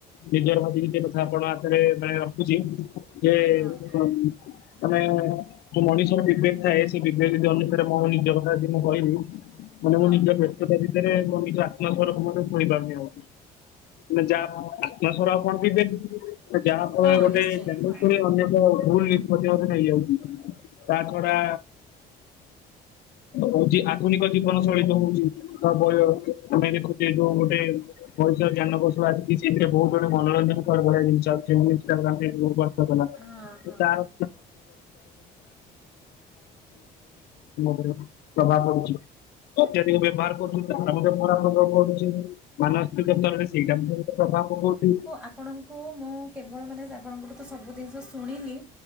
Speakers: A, on the left; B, in the centre.
A: ନିଜର ଭାବି ନିଜ କଥା ଆପଣ ଆଖରେ ମାନେ ରଖୁଛି ଯେ <unintelligible>
B: ହଁ
A: ମାନେ ଯୋଉ ମଣିଷର ବିବେକ ଥାଏ ସେ ବିବେକ ଯଦି ଅନୁସାରେ ମୋ ନିଜ କଥା ଯଦି ମୁଁ କହିବି ମାନେ
B: ହଁ
A: ମୁଁ ନିଜ ବ୍ୟସ୍ତତା ଭିତରେ ମୋ ନିଜ ଆତ୍ମା ସ୍ୱରକୁ ମଧ୍ୟ ଶୁଣିପାରୁନି ଆଉ। ମୁଁ ଯାହା ଆତ୍ମା ସ୍ଵର ଆଉ କଣ କିଛି ଦେବି ଯାହା ଫଳରେ
B: ହଁ
A: ଗୋଟେ
B: ନିଶ୍ଚୟ
A: <unintelligible>
B: ହଁ
A: ଶୁଣି ଅନେକ ଭୁଲ୍‌ ନିଷ୍କତି ମଧ୍ୟ ହେଇଯାଉଚି। ତା ଛଡା ହଉଚି ଆଧୁନିକ ଜୀବନ ଶୈଳୀ ଯୋଉ ହଉଚି ବା ବୟ ଆମେ ଦେଖୁଚେ ଯୋଉ ଗୋଟେ ମଣିଷ ଜ୍ଞାନକୌଶଳ ଆଜି ବି ସେଥିରେ ବହୁତ ବଡ଼ ମନୋରଞ୍ଜନ ଭଳିଆ ବଢିଆ ଜିନଷ ଆଣୁଚି ମୁଁ ଇନଷ୍ଟାଗ୍ରାମ୍, ଫେସବୁକ କଣ?
B: ହଁ ହଁ
A: ସତ ନା ତାର? <inaudible> ପ୍ରଭାବ ପଡୁଚି, ଅତଧିକ ବ୍ୟବହାର କରୁଚି ତାହାର ମଧ୍ୟ ଖରାପ୍ ପ୍ରଭାବ ପଡୁଚି। ମାନସିକ ସ୍ତରରେ ସେଇଟା <unintelligible> ପ୍ରଭାବ ପକୋଉଚି।
B: ଆପଣ କୁ ମୁଁ କେବଳ ମାନେ ଆପଣଙ୍କଠୁ ତ ସବୁ ଦିନିଷ ଶୁଣିଲି।